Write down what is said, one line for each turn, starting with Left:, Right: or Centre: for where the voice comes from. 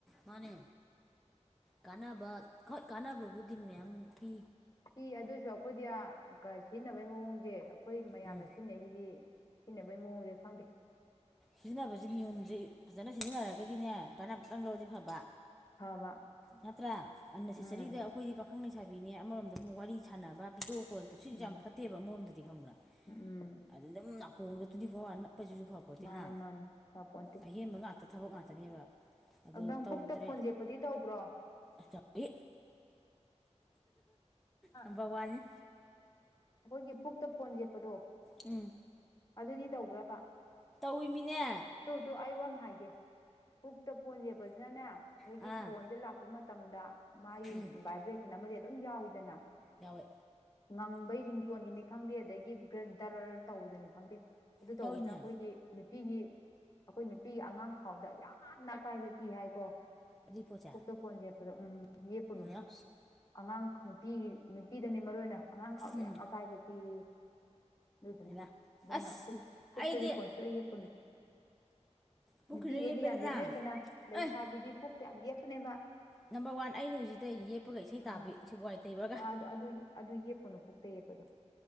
Centre: ꯃꯥꯅꯦ ꯀꯥꯟꯅꯕ ꯍꯣꯏ ꯀꯥꯟꯅꯕꯕꯨꯗꯤ ꯃꯌꯥꯝ ꯄꯤ
Left: ꯁꯤꯤ ꯑꯗꯨꯏꯁꯨ ꯑꯩꯈꯣꯏꯗꯤ ꯁꯤꯖꯤꯟꯅꯕꯩ ꯃꯑꯣꯡꯁꯦ ꯑꯩꯈꯣꯏ ꯃꯌꯥꯝꯅ
Centre: ꯎꯝ
Left: ꯁꯤꯖꯤꯟꯅꯩꯗꯤ ꯁꯤꯖꯤꯟꯅꯕꯩ ꯃꯑꯣꯡꯁꯦ ꯈꯪꯗꯦ
Centre: ꯁꯤꯖꯤꯟꯅꯕꯕꯁꯤ ꯅꯤꯌꯣꯝꯁꯤ ꯐꯖꯅ ꯁꯤꯖꯤꯟꯅꯔꯒꯗꯤꯅꯦ ꯀꯥꯟꯝꯇꯪ ꯂꯧꯔꯗꯤ ꯐꯕ
Left: ꯐꯕ
Centre: ꯅꯠꯇꯔꯥ ꯑꯟꯅꯦꯁꯥꯁꯔꯤꯗ
Left: ꯎꯝ
Centre: ꯑꯩꯈꯣꯏꯗꯤ ꯄꯥꯈꯪ ꯂꯩꯁꯥꯕꯤꯅꯦ ꯑꯃꯔꯣꯝꯗ ꯑꯃꯨꯛ ꯋꯥꯔꯤ ꯁꯥꯟꯅꯕ ꯕꯤꯗꯤꯑꯣ ꯀꯣꯜꯗꯁꯨ
Left: ꯎꯝ
Centre: ꯌꯥꯝ ꯐꯠꯇ ꯅꯠꯇꯦꯕ ꯑꯃꯔꯣꯝꯗꯗꯤ ꯈꯪꯕ꯭ꯔꯥ
Left: ꯎꯝ
Centre: ꯑꯗꯨ ꯑꯗꯨꯝ ꯅꯥꯀꯣꯡꯗ ꯇ꯭ꯋꯦꯟꯇꯤ ꯐꯣꯔ ꯑꯋꯥꯔ ꯅꯞꯄꯁꯤꯁꯨ ꯐ
Left: ꯃꯥꯅꯦ
Centre: ꯍꯥ
Left: ꯃꯥꯅꯦ ꯐꯄꯣꯟꯇꯦ
Centre: ꯑꯍꯦꯟꯕ ꯉꯥꯛꯇ ꯊꯕꯛ ꯉꯥꯛꯇꯅꯦꯕ ꯑꯗꯣ
Left: ꯅꯪ
Centre: ꯇꯧꯗ꯭ꯔꯦ
Left: ꯄꯨꯛꯇ ꯐꯣꯟ ꯌꯦꯞꯄꯗꯤ ꯇꯧꯕ꯭ꯔꯣ
Centre: ꯇꯧꯏ
Left: ꯍꯥ
Centre: ꯅꯝꯕꯔ ꯋꯥꯟꯅꯤ
Left: ꯑꯩꯈꯣꯏꯒꯤ ꯄꯨꯛꯇ ꯐꯣꯟ ꯌꯦꯞꯄꯗꯣ
Centre: ꯎꯝ
Left: ꯑꯗꯨꯗꯤ ꯇꯧꯕ꯭ꯔꯕ
Centre: ꯇꯧꯋꯤꯃꯤꯅꯦ
Left: ꯇꯨ ꯇꯨ ꯑꯩ ꯋꯥ ꯍꯥꯏꯒꯦ ꯄꯨꯛꯇ ꯐꯣꯟ ꯌꯦꯛꯞꯄꯁꯤꯅꯅꯦ ꯑꯩꯈꯣꯏꯒꯤ
Centre: ꯑꯥ
Left: ꯐꯣꯟꯁꯦ ꯂꯥꯛ ꯀꯄ ꯃꯇꯝꯗ ꯃꯥꯒꯤ
Centre: ꯎꯝ
Left: ꯚꯥꯏꯕ꯭ꯔꯦꯁꯟ ꯑꯃꯗꯤ ꯑꯗꯨꯝ ꯌꯥꯎꯏꯤꯗꯅ
Centre: ꯌꯥꯎꯑꯦ
Left: ꯉꯪꯕꯩ ꯔꯤꯡꯇꯣꯟꯒꯤꯅꯤ ꯈꯪꯗꯦ ꯑꯗꯒꯤ ꯗꯔ ꯇꯧꯕꯗꯨꯅꯤ ꯈꯪꯗꯦ ꯑꯗꯨ ꯇꯧꯕꯁꯤꯅ
Centre: ꯇꯧꯏꯅꯦ
Left: ꯑꯩꯈꯣꯏꯒꯤ ꯅꯨꯄꯤꯒꯤ ꯑꯩꯈꯣꯏ ꯅꯨꯄꯤꯒꯤ ꯑꯉꯥꯡ ꯈꯥꯎꯗ ꯌꯥꯝꯅ ꯑꯀꯥꯏꯕ ꯄꯤ ꯍꯥꯏꯀꯣ
Centre: <unintelligible>
Left: ꯄꯨꯛꯇ ꯐꯣꯟ ꯌꯦꯞꯄꯥꯗꯣ ꯎꯝ ꯌꯦꯞꯄꯨꯅꯨ
Centre: ꯍꯜꯂꯣ
Left: ꯑꯉꯥꯡ ꯅꯨꯄꯤ ꯅꯨꯄꯤꯗꯅꯦ ꯃꯔꯨ ꯑꯣꯏꯅ ꯑꯉꯥꯡ ꯐꯥꯎꯗ
Centre: ꯎꯝ
Left: ꯑꯀꯥꯏꯕ ꯄꯤ ꯌꯦ ꯑꯗꯨꯏꯗꯨꯅ
Centre: ꯍꯩꯃꯥ
Left: ꯑꯗꯨꯅ
Centre: ꯑꯁ
Left: ꯄꯨ ꯄꯨꯛꯇꯒꯤ
Centre: ꯑꯩꯗꯤ
Left: ꯐꯣꯟꯁꯨ ꯑꯩ ꯌꯦꯄꯨꯅꯨ
Centre: ꯄꯨꯈ꯭ꯔꯤꯗ
Left: ꯅꯨꯄꯤꯈꯩꯗꯤ
Centre: ꯌꯦꯞꯄꯦꯗꯅ
Left: ꯌꯥꯝ ꯌꯦꯠꯅꯩꯗꯅ ꯂꯩꯁꯥꯕꯤꯗꯤ
Centre: ꯑꯦ
Left: ꯄꯨꯛꯇ ꯌꯥꯝ ꯌꯦꯠꯄꯅꯦꯕ
Centre: ꯅꯝꯕꯔ ꯋꯥꯟ ꯑꯩꯩꯅ ꯍꯧꯖꯤꯛꯇꯇꯩ ꯑꯩ ꯌꯦꯛꯄꯒ ꯏꯁꯩ
Left: ꯑꯥ
Centre: ꯇꯥꯕꯤ ꯁꯤ ꯋꯥꯏ ꯇꯩꯕ꯭ꯔꯥꯒ
Left: ꯑ ꯑꯗꯨ ꯑꯗꯨ ꯌꯦꯞꯄꯨꯅꯨ ꯄꯨꯛꯇ ꯌꯦꯞꯄꯗꯣ